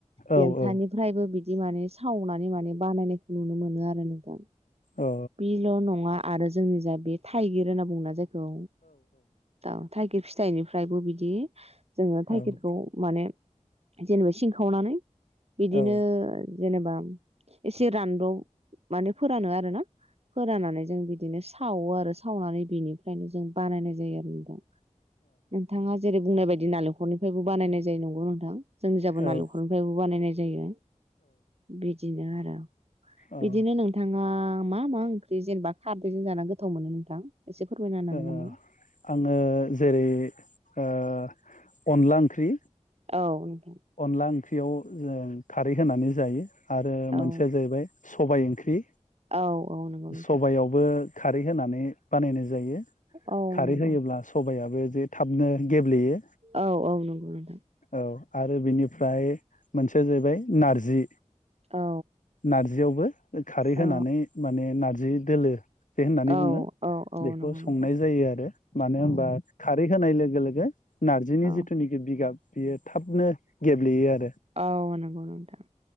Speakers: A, on the left (about 80°); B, on the right (about 55°).
A: औ
B: देन्थानिफ्रायबो बिदि बिदि माने सावनानै माने बानायनायखौ नुनो मोनो आरो नोंथां
A: औ
B: बिल' नङा आरो जोंनि जा बे थाइगिर होनना बुङो ना जाय औ दा थाइगिर फिथाइनिफ्रायबो बिदि जोङो थाइगिरखौ
A: औ
B: माने जेनबा सिंखावनानै बिदिनो
A: औ
B: जेनेबा एसे रानद'ब माने फोरानो आरो ना फोराननानै जों बिदिनो सावो आरो सावनानै बेनिफ्रायनो जों बानायनाय जायो आरो नोंथां नोंथाङा जेरै बुंनाय बायदि बिदि नालेंखरनिफ्रायबो बानायनाय जायो नंगौ नोंथां जोंनि जाबो
A: अ औ
B: नालेंखरनिफ्रायबो बानायनाय जायो बिदिनो आ आ
A: औ
B: बिदिनो नोंथाङा मा मा ओंख्रि जेनबा खारदैजों जाना गोथाव मोनो नोंथां एसे फोरमायना होनो
A: ओ
B: हागोन नामा
A: आङो जेरै ओ अनला ओंख्रि
B: औ नों
A: अनला ओंख्रि याव जों खारै होनानै जायो आरो
B: औ
A: मोनसेया जाहैबाय सबाय ओंख्रि
B: औ औ नंगौ नोंथां
A: सबायावबो खारै होनानै बानायनो जायो
B: औ
A: खारै
B: नंगौ
A: होयोब्ला सबाया बे जे थाबनो गेब्लेयो
B: औ औ नंगौ नोंथां
A: औ आरो बेनिफ्राय मोनसेया जाहैबाय नारजि
B: औ
A: नारजियावबो खारै होनानै
B: औ
A: माने नार्ज जि दोलो बे होननानै
B: औ
A: बुङो
B: औ औ
A: बेखौ
B: नंगौ
A: संनाय
B: नों
A: जायो आरो मानो
B: औ
A: होनबा खारै होनाय लोगो लोगोे नारजिनि
B: औ
A: जिथुनाखि बिगाब बियो थाब दिनो गेब्लेयो आ
B: औ नोंगौ नोंथां